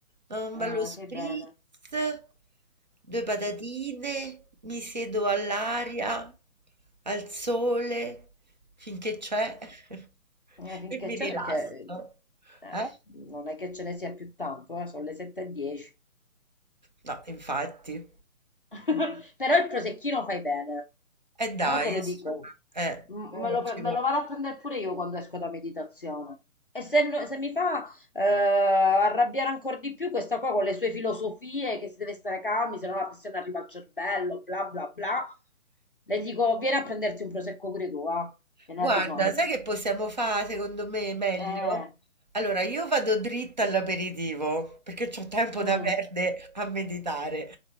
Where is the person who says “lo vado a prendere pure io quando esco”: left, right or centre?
Left